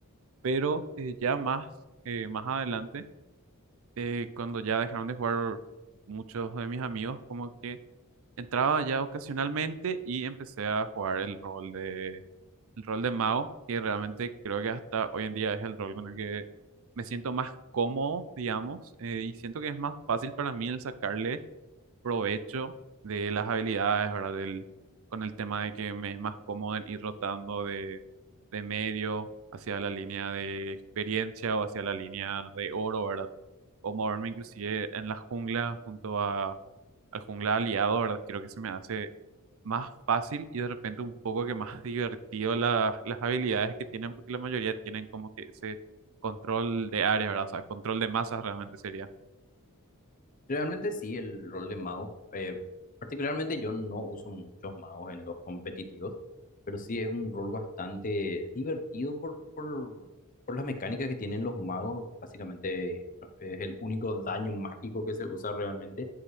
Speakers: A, on the right; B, on the left.
A: Pero eh, ya más, eh, más adelante, eh, cuando ya dejaron de jugar muchos de mis amigos, como que entraba ya ocasionalmente y empecé a jugar el rol de, el rol de mago, que realmente creo que hasta hoy en día es el rol con el que me siento más cómodo, digamos, eh, y siento que es más fácil para mí el sacarle provecho de las habilidades, ¿verdad? Del, con el tema de que me es más cómodo el ir rotando de, de medio hacia la línea de experiencia o hacia la línea de oro, ¿verdad? O moverme inclusive en la jungla junto a, al jungla aliado, ¿verdad? Creo que se me hace más fácil y de repente un poco que más <laughs> divertido las las habilidades que tienen, porque la mayoría tienen como que ese control de área, ¿verdad? O sea, control de masas realmente sería.
B: Realmente sí, el rol de mago. eh, particularmente yo no uso muchos magos en los competitivos pero sí es un rol bastante divertido por, por, por las mecánicas que tienen los magos. Básicamente no, es el único daño mágico que se usa realmente.